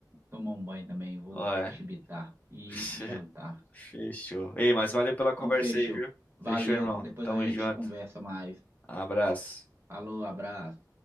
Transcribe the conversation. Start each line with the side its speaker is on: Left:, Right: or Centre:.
Right: Tomar um banho também. Vou
Left: Ué.
Right: chibitar e
Left: <laughs>
Right: jantar.
Left: Fechou. Ei, mas valeu pela conversa
Right: Então, fechou.
Left: aí, viu?
Right: Valeu.
Left: Fechou, irmão.
Right: Depois
Left: Tamo
Right: a gente
Left: junto.
Right: conversa mais.
Left: Abraço.
Right: Falou, abraço.